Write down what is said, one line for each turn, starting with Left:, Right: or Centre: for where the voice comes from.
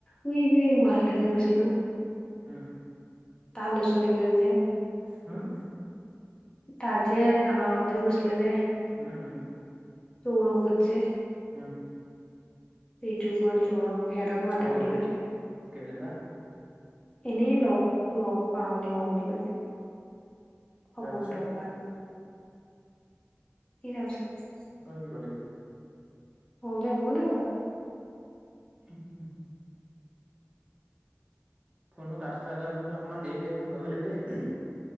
Left: উই যে গুৱাহাটীলৈ যে গৈছিলো।
Right: উম।
Left: তাৰ ল'ৰা ছোৱালীবিলাক যে।
Right: হম।
Left: তাত যে আমাৰ লগতে গৈছিলে যে।
Right: উম।
Left: চৌৰখতজে।
Right: উম।
Left: ৰিতুপন, সৌৰভ এহেতক মাতো
Right: অ
Left: বুলি কৈছে।
Right: কেলে বা
Left: এনেই লগ লগ পাওঁ ধৰ বুলি কৈছে। সপোন
Right: তাৰপিছত
Left: তকো মাত কি তাৰ পিছত।
Right: তই চোন কলি।
Left: সৰু দাই একো নাইকোৱা?
Right: উম, উম। ফোনটো কাত খাই যোৱাৰ পিছত অকণমান দেৰিকে ফোন কৰিব লাগিবি দেই।